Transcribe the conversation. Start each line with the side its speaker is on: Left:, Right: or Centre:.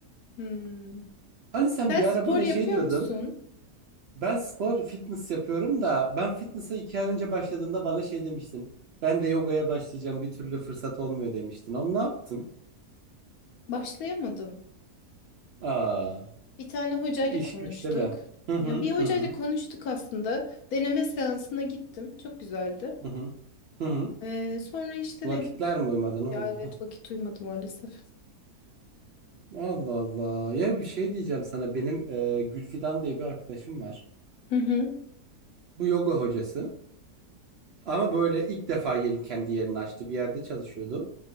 Left: Hmm.
Right: Hani sen
Left: Sen
Right: bir ara
Left: spor
Right: bana
Left: yapıyor
Right: şey diyordun.
Left: musun?
Right: Ben spor, fitness yapıyorum da ben fitness'a iki ay önce başladığında bana şey demiştin. Ben de yogaya başlayacağım bir türlü fırsat olmuyor demiştin. Onu ne yaptın?
Left: Başlayamadın.
Right: Aa,
Left: Bir tane hocayla
Right: iş
Left: konuştuk.
Right: güç değil mi? Hı
Left: Ya
Right: hı
Left: bir hocayla
Right: hı hı
Left: konuştuk aslında. Deneme seansına gittim. Çok güzeldi.
Right: hı hı. hı hı.
Left: Ee, sonra işte
Right: Vakitler
Left: dedim
Right: mi uymadı ne oldu?
Left: ya evet
Right: Hah.
Left: vakit uymadı maalesef.
Right: Allah Allah. Ya bir şey diyeceğim sana. Benim e, Gülfidan diye bir arkadaşım var.
Left: Hı hı.
Right: Bu yoga hocası. Ama böyle ilk defa yerin kendi yerini açtı. Bir yerde çalışıyordu.